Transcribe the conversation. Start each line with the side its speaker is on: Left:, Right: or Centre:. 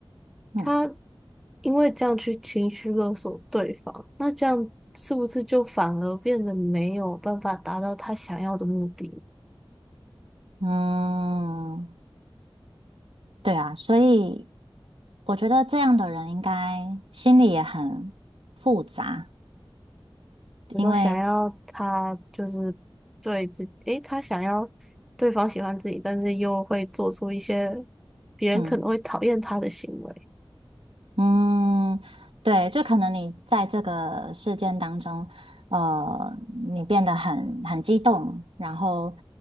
Right: 嗯
Centre: 他因为这样去情绪勒索对方，那这样是不是就反而变得没有办法达到他想要的目的？
Right: 嗯，对啊，所以我觉得这样的人应该心里也很复杂，
Centre: 你都想要他就是对自己，
Right: 因为，
Centre: 诶，他想要对方喜欢自己，但是又会做出一些别人可能会讨厌他的行为。
Right: 嗯。嗯，对，就可能你在这个事件当中，呃，你变得很很激动，然后